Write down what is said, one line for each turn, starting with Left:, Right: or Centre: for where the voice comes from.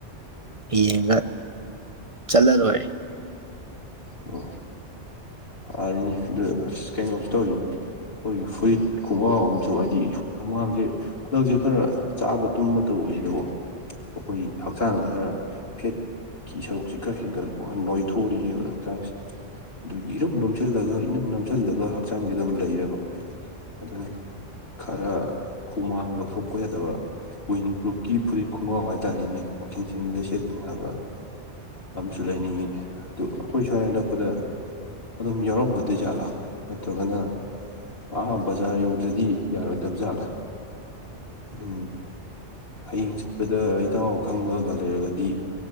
Right: ꯌꯦꯡꯒ ꯆꯠꯂ ꯂꯣꯏꯔꯦ꯫
Left: ꯑꯣ ꯐꯔꯦꯅꯦ ꯑꯗꯨ ꯑꯁ ꯀꯩꯅꯣꯁꯨ ꯇꯧꯏꯅꯤ꯫ ꯈꯣꯏꯒꯤ ꯐꯨꯔꯤꯠ ꯈꯣꯡꯒꯥꯎ ꯑꯃꯁꯝꯨ ꯍꯥꯏꯗꯤ ꯍꯨꯃꯥꯡꯁꯦ ꯍꯟꯗꯛꯁꯤ ꯈꯔ ꯆꯥꯕ ꯇꯨꯝꯕ ꯇꯧꯕꯁꯤꯗꯀꫭ ꯑꯩꯈꯣꯏ ꯍꯛꯆꯥꯡꯁꯤ ꯈꯔ ꯐꯦꯠꯀꯤ ꯁꯔꯨꯛꯁꯤ ꯈꯔ ꯍꯦꯟꯒꯠꯂꯛꯄꯍ ꯅꯣꯏ ꯊꯣꯔꯛꯏꯕ꯫ ꯍꯛꯆꯥꯡꯁꯤ ꯑꯗꯨꯒꯤ ꯏꯔꯨꯝ ꯅꯣꯝꯁꯤꯜꯂꯒ ꯏꯅꯝ ꯅꯝꯁꯤꯜꯂꯒ ꯍꯛꯆꯥꯡꯁꯤ ꯑꯗꯨꯝ ꯂꯩꯔꯕ꯫ ꯑꯗꯨꯅ ꯈꯔ ꯍꯨꯃꯥꯡ ꯂꯧꯊꯣꯛꯄ ꯌꯥꯗꯕ ꯋꯤꯟ ꯄ꯭ꯔꯨꯞꯀꯤ ꯐꯨꯔꯤꯠ ꯈꯣꯡꯒꯥꯎ ꯍꯥꯏꯇꯥꯥꯔꯦꯅꯦ ꯋꯀꯤꯡ ꯆꯦꯟꯕꯗ ꯁꯦꯠꯄ ꯌꯥꯕ꯫ ꯑꯃꯁꯨ ꯂꯩꯅꯤꯡꯉꯤꯅꯦ ꯑꯗꯨ ꯑꯩꯈꯣꯏ ꯁ꯭ꯋꯥꯏ ꯑꯅꯛꯄꯗ ꯑꯗꯨꯝ ꯌꯥꯎꯔꯝꯒꯗꯨꯏ ꯖꯥꯠꯂꯥ ꯅꯠꯇ꯭ꯔꯒꯅ ꯑꯥ ꯕꯖꯥꯔ ꯌꯧꯗ꯭ꯔꯗꯤ ꯌꯥꯔꯣꯏꯗꯕꯖꯥꯠꯂꯥ ꯑꯗꯨꯝ ꯍꯌꯦꯡ ꯆꯠꯄꯗ ꯏꯇꯥꯎ ꯈꯪꯕꯒ ꯂꯩꯔꯒꯗꯤ